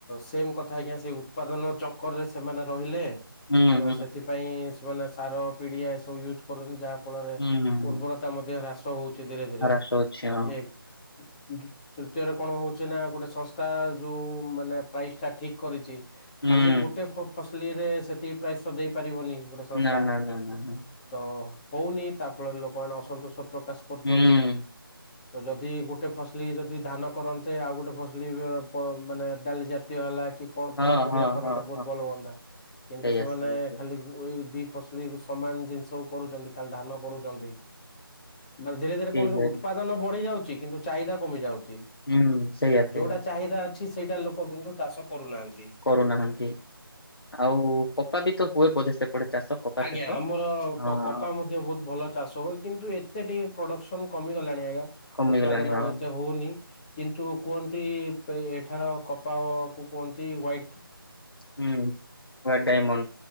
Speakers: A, on the left (about 20°); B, on the left (about 80°).
A: ସେମ କଥା ଆଜ୍ଞା ସେ ଉତ୍ପାଦନ ଚକରରେ ସେମାନେ ରହିଲେ।
B: ହୁଁ
A: ତ ସେଥିପାଇଁ ସେମାନେ ସାର ପିଡିଆ ଏସବୁ ୟୁଜ କରନ୍ତି ଯାହାଫଳରେ
B: ହୁଁ
A: ଉର୍ବରତା ମଧ୍ୟ ହ୍ରାସ ହୋଉଚି ଧୀରେ ଧୀରେ
B: ମହାରାଷ୍ଟ୍ର ଅଛି ହଁ
A: ଇଏ ଦୁ ତୃତୀୟରେ କଣ ହୋଉଚି ନା ଗୋଟେ ସଂସ୍ଥା ଯୋଉ ମାନେ ପ୍ରାଇସଟା ଠିକ କରିଚି ଖାଲି
B: ହୁଁ।
A: ଗୋଟେ ଫ-ଫସଲ ଇରେ ସେତିକି ପ୍ରାୟଶ ଦେଇ ପାରିବନି ଗୋଟେ ସଂସ୍ଥା
B: ନା ନା ନା ନା ନା।।
A: ତ ହୋଉନି ତାଫଳରେ ଲୋକମାନେ ଅସନ୍ତୋଷ ପ୍ରକାଶ କରୁଚନ୍ତି।
B: ହୁଁ
A: ତ ଯଦି ଗୋଟେ ଫସଲି ଯଦି ଧାନ କରନ୍ତେ ଆଉ ଗୋଟେ ଫସଲି ବି ପ ମାନେ ଡାଲି ଜା ତିୟ ବାଲା କି କଣ ପନିପରିବା
B: ହଁ ହଁ
A: କରନ୍ତେ
B: ହଁ
A: ବୋହୁତ
B: ହଁ
A: ଭଲ ହୁଅନ୍ତା କିନ୍ତୁ
B: ସେଇଆ
A: ସେମାନେ
B: ସେଇଆ। ସେଇଆ।
A: ଖାଲି ଏଇ ଦି ଫସଲି ସମାନ ଜିନିଷକୁ କରୁଚନ୍ତି ଖାଲି ଧାନ କରୁଚନ୍ତି। ମାନ ଧୀରେ ଧୀରେ
B: ଠିକ
A: କଣ ଯୋଉ
B: ଅଛି
A: ଉତ୍ପାଦନ ବଢିଯାଉଚି କିନ୍ତୁ ଚାହିଦା କମି ଯାଉଚି।
B: ହୁଁ ସେଇଆ
A: ଆଉ
B: ସେଇଆ
A: ଯୋଉଟା ଚାହିଦା ଅଛି ସେଇଟା ଲୋକ କିନ୍ତୁ ଚାଷ କରୁନାହାନ୍ତି।
B: କରୁନାହାନ୍ତି ଆଉ କପା ବି ତ ହୁଏ ବୋଧେ ସେପଟେ। ଚାଷ କପା
A: ଆଜ୍ଞା
B: ଚାଷ
A: ଆମର
B: ହଁ
A: କପା ମୂ ଯେ ବୋହୁତ ଭଲ ଚାଷ ହୁଏ କିନ୍ତୁ ଏତେ ଟିକେ ପ୍ରଡ଼କ୍ସନ୍ କମିଗଲାଣି ଆଜ୍ଞା।
B: କମିଗଲାଣି
A: ଉତ୍ପାଦନ
B: ହଁ।
A: ଆଉ ଏତେ ହୋଉନି। କିନ୍ତୁ କୁହନ୍ତି ପେ ଏଠାର କପା ଓ କୁ କୁହନ୍ତି ହ୍ଵାଇଟ୍
B: ହୁଁ ହୁଏ ଡାଇମଣ୍ଡ